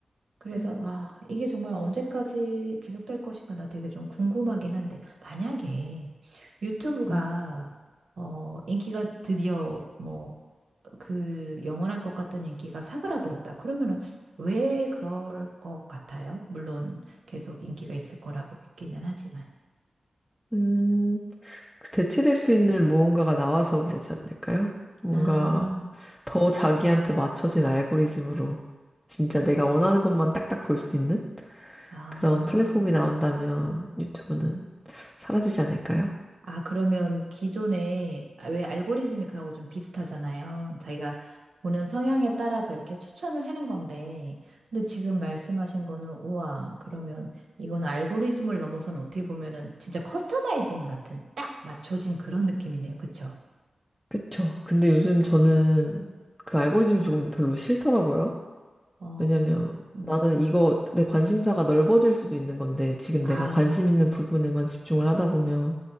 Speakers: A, on the right (about 90°); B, in the centre.
A: 그래서
B: 음.
A: 와, 이게 정말 언제까지 계속될 것인가 나 되게 좀 궁금하긴 한데 만약에 유튜브가
B: 음.
A: 어, 인기가 드디어 뭐 그 영원할 것 같던 인기가 사그라들었다. 그러면은 왜 그럴 것 같아요? 물론 계속 인기가 있을 거라고 믿기는 하지만.
B: 음. 대체될 수 있는 무언가가 나와서 그러지 않을까요? 뭔가
A: 아,
B: 더 자기한테 맞춰진 알고리즘으로 진짜 내가 원하는 것만 딱딱 볼 수 있는
A: 아.
B: 그런 플랫폼이 나온다면 유튜브는 사라지지 않을까요?
A: 아, 그러면 기존에 아, 왜 알고리즘이 그하고 좀 비슷하잖아요. 자기가 보는 성향에 따라서 이렇게 추천을 해는 건데, 근데 지금 말씀하신 거는 우와, 그러면 이건 알고리즘을 넘어서는 어떻게 보면은 진짜 커스터마이징 같은 딱 맞춰진 그런 느낌이네요. 그쵸?
B: 그쵸. 근데 요즘 저는 그 알고리즘이 조금 별로 싫더라고요.
A: 어,
B: 왜냐면
A: 음,
B: 나는 이거 내 관심사가 넓어질 수도 있는 건데 지금
A: 아,
B: 내가 관심 있는 부분에만 집중을 하다 보면